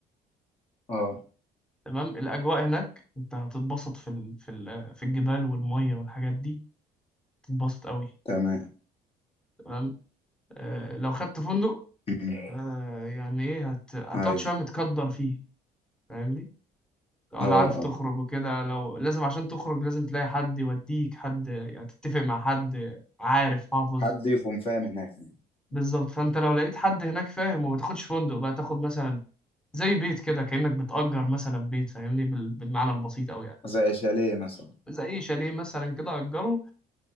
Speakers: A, on the left; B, in the centre.
A: اه
B: تمام الأجواء هناك أنت هتتبسط في ال... في ال... في الجبال والمية والحاجات دي تتبسط قوي
A: تمام
B: تمام آه لو خدت فندق
A: أمم.
B: آه يعني إيه هت... هتقعد
A: ايوه
B: شوية متقدر فيه فاهمني ولا
A: اه
B: عارف تخرج
A: اه
B: وكده لو لازم عشان تخرج لازم تلاقي حد يوديك حد يعني تتفق مع حد عارف حافظ
A: حد يكون فاهم هناك يعني
B: بالظبط فأنت لو لقيت حد هناك فاهم وما تاخدش فندق بقى تاخد مثلا زي بيت كده كأنك بتأجر مثلا بيت فاهمني بال... بالمعنى البسيط أوي يعني
A: زي شاليه مثلا
B: زي شاليه مثلا كده أجره